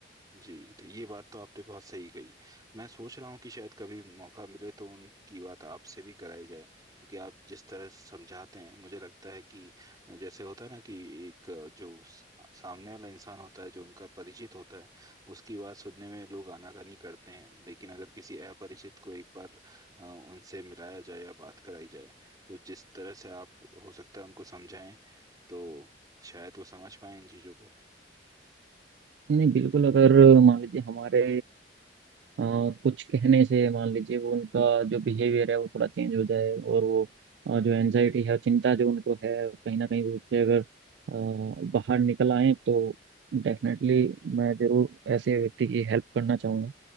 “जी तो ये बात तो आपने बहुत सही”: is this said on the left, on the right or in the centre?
Right